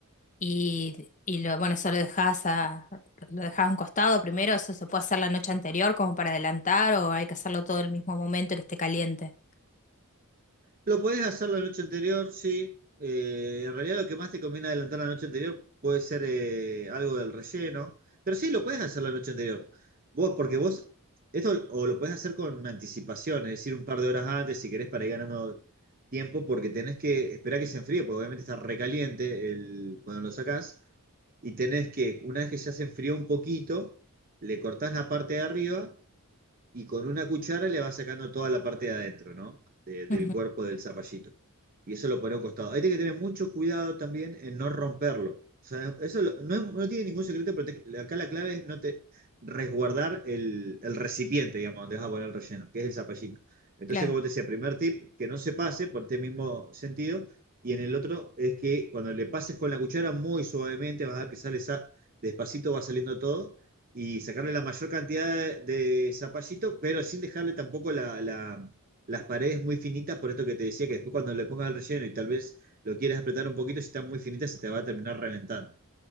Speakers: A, on the left; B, on the right.
A: Y, y lo, bueno, eso lo dejás a, lo dejás a un costado primero, eso se puede hacer la noche anterior como para adelantar o hay que hacerlo todo el mismo momento que esté caliente.
B: Lo podés hacer la noche anterior, sí. Eh, en realidad lo que más te conviene adelantar la noche anterior puede ser eh, algo del relleno, pero sí, lo podés hacer la noche anterior. Vos, porque vos, esto o lo podés hacer con anticipación, es decir, un par de horas antes si querés para ir ganando tiempo, porque tenés que esperar que se enfríe, porque obviamente está recaliente el, cuando lo sacás, y tenés que, una vez que ya se enfrió un poquito, le cortás la parte de arriba y con una cuchara le va sacando toda la parte de adentro, ¿no? De- del
A: Ujú,
B: cuerpo del zapallito. Y eso lo pone a un costado. Hay que tener mucho cuidado también en no romperlo. O sea, eso lo- no, es- no tiene ningún secreto, pero te- acá la clave es no te resguardar el, el recipiente, digamos, donde vas a poner el relleno, que es el zapallito. Entonces,
A: claro.
B: como te decía, primer tip, que no se pase por este mismo sentido. Y en el otro es que cuando le pases con la cuchara muy suavemente, vas a ver que sale sa- despacito, va saliendo todo y sacarle la mayor cantidad de de zapallito, pero sin dejarle tampoco la- la- las paredes muy finitas, por esto que te decía, que después cuando le pongas el relleno y tal vez lo quieras apretar un poquito, si están muy finitas se te va a terminar reventando.